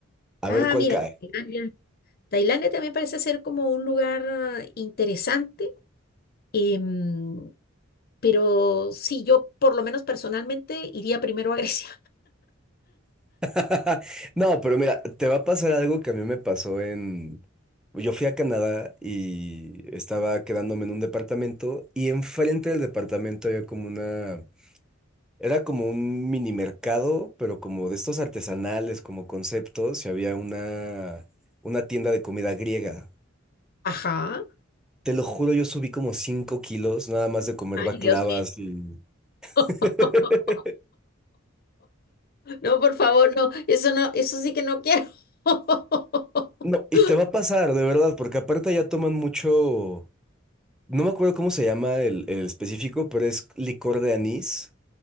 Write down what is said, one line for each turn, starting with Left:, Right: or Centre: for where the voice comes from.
Centre: A
Left: Ah,
Centre: ver cuál
Left: mira,
Centre: cae.
Left: Tailandia. Tailandia también parece ser como un lugar ah, interesante Em, pero sí, yo por lo menos personalmente iría primero a Grecia.
Centre: <laughs> No, pero mira, te va a pasar algo que a mí me pasó en... Yo fui a Canadá y estaba quedándome en un departamento y enfrente del departamento había como una... Era como un mini mercado, pero como de estos artesanales, como conceptos, y había una, una tienda de comida griega.
Left: <laughs> Ajá.
Centre: Te lo juro, yo subí como 5 kilos nada más de comer
Left: Ay,
Centre: baklavas
Left: Dios mío.
Centre: y...
Left: <laughs>
Centre: <laughs>
Left: No, por favor, no. Eso no, eso sí que no quiero. <laughs>
Centre: No, y te va a pasar, de verdad, porque aparte ya toman mucho... No me acuerdo cómo se llama el, el específico, pero es licor de anís.